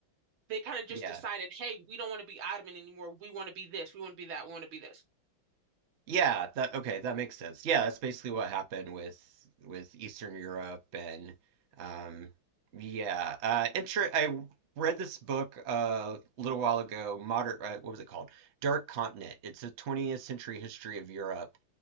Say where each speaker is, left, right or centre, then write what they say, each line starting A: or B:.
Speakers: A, on the right; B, on the right.
A: they kind of just
B: Yeah.
A: decided, hey, we don't want to be Ottoman anymore. We want to be this, we want to be that, we want to be this.
B: Yeah, that okay, that makes sense. Yeah, that's basically what happened with with Eastern Europe and um yeah, uh inter I read this book uh, a little while ago, Modern uh, what was it called? Dark Continent. It's a 20th century history of Europe.